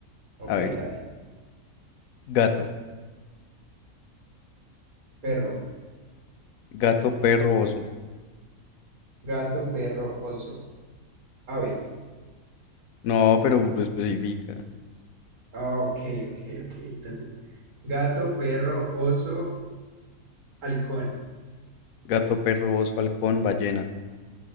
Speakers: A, on the right; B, on the left.
A: Ok,
B: A ver,
A: dale.
B: gato,
A: Perro,
B: gato, perro, oso.
A: gato, perro, oso, ave.
B: No, pero especifica.
A: Ah, ok, ok, ok. Entonces, gato, perro, oso, halcón.
B: Gato, perro, oso, halcón, ballena.